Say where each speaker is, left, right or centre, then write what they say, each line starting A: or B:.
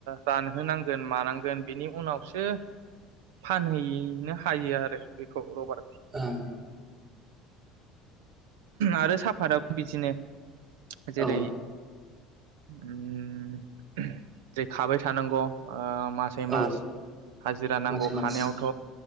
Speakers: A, on the right; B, on the right.
A: रानहोनांगोन मानांगोन बिनि उनावसो फानहैनो हायो आरो बेखौ रबार्ट
B: ओं
A: आरो साफादाबो बिदिनो जेरै
B: औ
A: उम जे खाबाय थानांगौ ओ मासै
B: औ
A: मास हाजिरा नांगौ
B: मासे मास
A: खानायावथ'